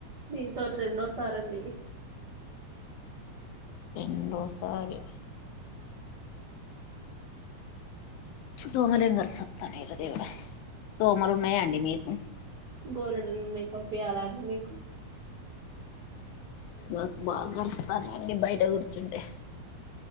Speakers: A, on the right (about 40°); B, on the left (about 75°).
A: దీంతోటి రెండోసారండి
B: రెండోసారి దోమలేం గరుసత్తన్నయి రా దేవుడ దోమలు ఉన్నయండి మీకు
A: బోలెడనున్నాయి పంపియాల అండి మీకు
B: మాకు బాగ కరుత్తన్నాయండి బయట కూర్చుంటే